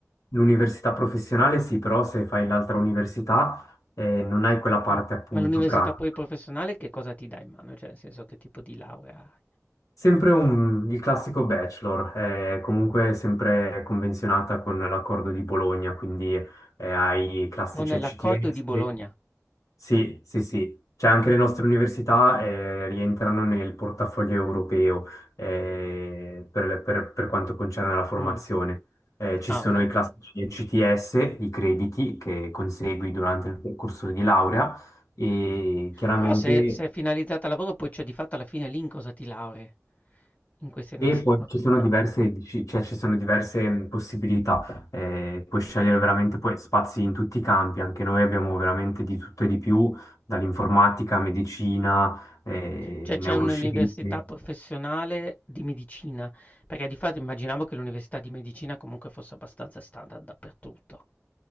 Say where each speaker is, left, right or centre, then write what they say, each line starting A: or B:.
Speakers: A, on the left; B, on the left.
A: l'università professionale, sì, però se fai l'altra università eh, non hai quella parte
B: ma
A: appunto
B: ma l'università
A: pratica.
B: poi professionale che cosa ti dà in mano? Cioè, nel senso che tipo di laurea hai?
A: Sempre un- il classico bachelor, è comunque sempre convenzionata con l'accordo di Bologna, quindi eh, hai i classici
B: Con l'accordo
A: ECTS.
B: di Bologna.
A: Sì, sì, sì. Cioè anche le nostre università eh, rientrano nel portafoglio europeo eh, per, per- per quanto concerne la formazione.
B: Mm.
A: Eh, ci
B: Ah,
A: sono
B: ok.
A: i classici ECTS, i crediti che consegui durante il percorso di laurea e chiaramente...
B: Però se, se è finalizzata al lavoro, poi cioè di fatto alla fine lì in cosa ti laurei? In queste università
A: E poi
B: professionali.
A: ci sono diverse, dici- cioè ci sono diverse mh, possibilità, eh, puoi scegliere veramente poi spazi in tutti i campi, anche noi abbiamo veramente di tutto e di più, dall'informatica, medicina, eh,
B: Cioè
A: neuroscienze.
B: c'è un'università professionale di medicina, perché di fatto immaginavo che l'università di medicina comunque fosse abbastanza standard dappertutto.